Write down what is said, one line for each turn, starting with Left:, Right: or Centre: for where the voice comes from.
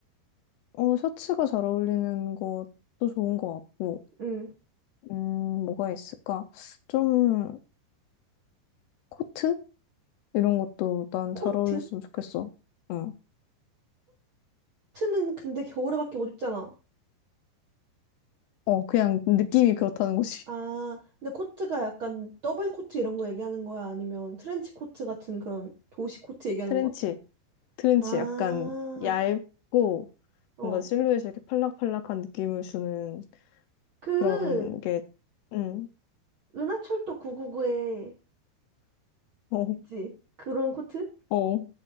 Left: 어, 셔츠가 잘 어울리는 것도 좋은 것 같고.
Right: 응.
Left: 음, 뭐가 있을까? 좀, 코트? 이런 것도 난
Right: 코트?
Left: 잘 어울렸으면 좋겠어. 응.
Right: 코트는 근데 겨울에밖에 못 입잖아.
Left: 어, 그냥 느낌이 그렇다는 거지.
Right: 아,
Left: <laughs>
Right: 근데 코트가 약간 더블 코트 이런 거 얘기하는 거야? 아니면 트렌치 코트 같은 그런 도시 코트 얘기하는
Left: 트렌치.
Right: 거야?
Left: 트렌치
Right: 아,
Left: 약간 얇고
Right: 어.
Left: 뭔가 실루엣이 이렇게 팔락팔락한 느낌을 주는
Right: 그,
Left: 그런 게, 응.
Right: 은하철도 999에
Left: 어,
Right: 있지? 그런 코트?
Left: 어.